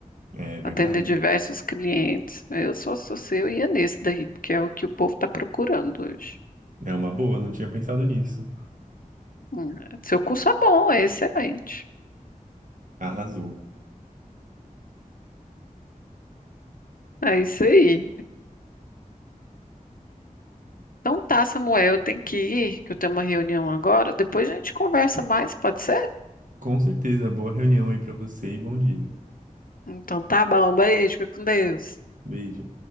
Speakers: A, on the right; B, on the left.
A: É verdade.
B: atender diversos clientes. Eu, só sou você, eu ia nesse daí, porque é o que o povo está procurando hoje.
A: É uma boa, não tinha pensado nisso.
B: Hum, Seu curso é bom, é excelente.
A: Arrasou.
B: É isso aí. Então tá, Samuel, eu tenho que ir, que eu tenho uma reunião agora. Depois a gente conversa mais, pode ser?
A: Com certeza, boa reunião aí pra você e bom dia.
B: Então tá bom, beijo, fica com Deus.
A: Beijo.